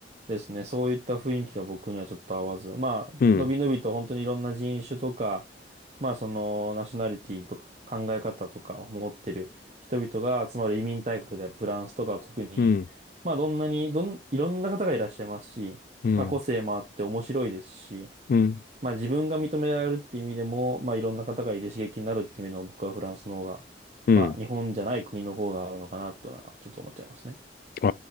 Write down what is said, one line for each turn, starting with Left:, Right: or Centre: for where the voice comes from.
Right: ですね。そういった雰囲気が僕にはちょっと合わず。まあ、
Left: うん、
Right: のびのびと本当にいろんな人種とか、まあそのナショナリティとか考え方とかを持ってる人々が集まる移民大国であるフランスとかは特に、
Left: うん、
Right: まあどんなに、どん、いろんな方がいらっしゃいますし、
Left: うん、
Right: まあ個性もあって面白いですし、
Left: うん、
Right: まあ自分が認められるっていう意味でも、まあいろんな方がいて刺激になるっていう意味でも僕はフランスの方が、
Left: うん。
Right: まあ日本じゃない国の方が合うのかなというのはちょっと思っちゃいますね。
Left: あ